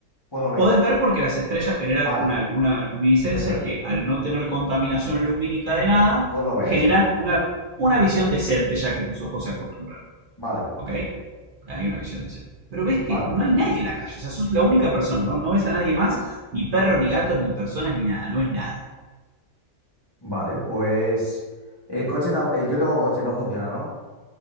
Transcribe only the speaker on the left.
Puedo ver.
Vale,
eso es.
Puedo ver,
sí.
Vale,
vale,
vale. Pues el coche, ta- eh, yo tengo coche, no funciona, ¿no?